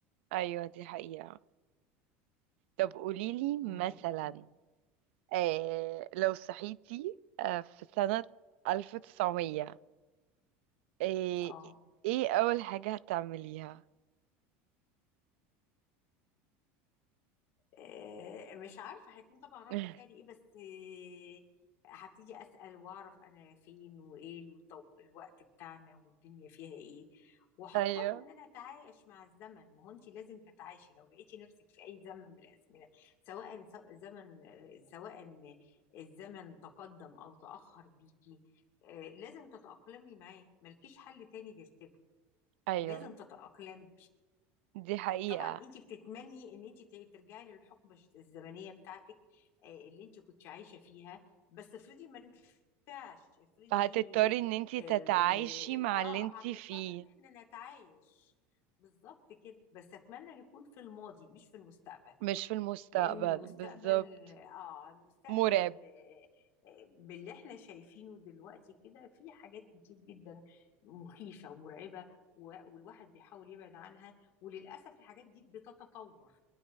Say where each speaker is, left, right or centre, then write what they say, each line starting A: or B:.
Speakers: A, on the right; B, on the left.
A: ايوه دي حقيقه طب قوليلي
B: م-
A: مثلا
B: م-
A: آه لو صحيتي آه في سنة 1900 آه
B: اه
A: ايه أول حاجة هتعمليها؟
B: آه، مش عارفة هيكون طبعا رد
A: <laughs>
B: فعلي ايه بس آه، هبتدي أسأل وأعرف أنا فين وإيه الوط- الوقت بتاعنا والدنيا فيها إيه وهضطر
A: ايوه
B: إن أنا أتعايش مع الزمن ما هو أنت لازم تتعايشي لو لقيتي نفسك في أي زمن من الأزمنة سواء سواء زمن آه، سواء الزمن تقدم أو تأخر بيكي آه، لازم تتأقلمي معاه ملكيش حل تاني غير كده
A: ايوه
B: لازم تتأقلمي
A: دي حقيقة
B: طبعا انت بتتمني ان انت ترجعي للحقبه الزمنيه بتاعتك آه، اللي انت كنت عايشه فيها بس افرضي ما نفعش افرضي
A: فهتضطري ان انتي
B: اه,
A: تتعايشي مع
B: آه آه،
A: اللي انتي
B: هنضطر
A: فيه
B: ان احنا نتعايش بالظبط كده بس اتمنى نكون في الماضي مش في المستقبل
A: مش في المستقبل
B: لان المستقبل
A: بالظبط
B: اه المستقبل
A: مرعب
B: آه، آه، باللي احنا شايفينه دلوقتي كده في حاجات كتير جدا مخيفة ومرعبة و- والواحد بيحاول يبعد عنها وللأسف الحاجات دي بتتطور